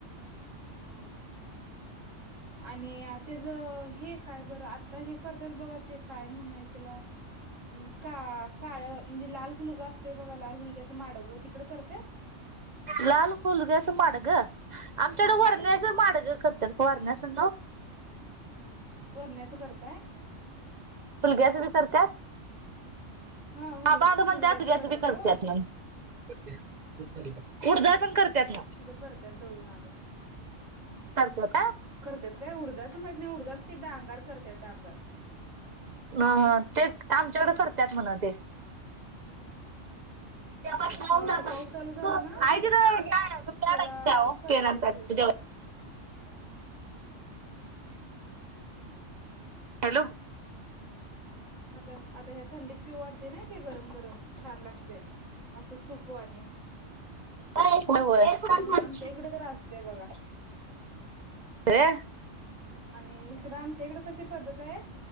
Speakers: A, on the right; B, on the right.
A: हम्म. आणि त्याज हे काय बरं आता हे करत्यात बघा ते काय म्हणायचला. <inaudible> हं का काळ म्हणजे लाल हुलगा असतय बघा, लाल हुलग्याचं माडगं तिकड करत्यात.
B: लाल होलग्याच माडग, आमच्याकड
A: हा माडग
B: वरण्याच माडग क त्यात वार्ण अस नो.
A: वरण्याच करत
B: फुलग्याच बी करत्यात.
A: हा हुल
B: बाबा नी म्हणत्यात
A: हुलग्याचं
B: तुग्याच बी करत्यात
A: ओ.
B: म उडद पण करत्यात ना.
A: करतत दळून आलं.
B: करतो का.
A: करत्यात काय. उडदाच माहित नाही उडदाच ते डांगार करतात डांगार.
B: ह तेच. आमच्याकडे करतात म्हणा ते. आइक
A: हा
B: रे.
A: आता पाऊस
B: पेन
A: चालू झाला
B: एक
A: ना
B: द्यावो. पेन
A: त्याला
B: एक द्या
A: करत्यात
B: देव.
A: त्याच
B: हॅलो.
A: आता आता ह्या थंडीत पिऊ वाटते नाही ते गरम गरम. छान लागतेय. असंच चपू आणि.
B: होय होय होय
A: हं. आमच्या इकड तर असतंय बघा.
B: ये.
A: आणि इकडं आमच्या इकडं कशी पद्धत आहे.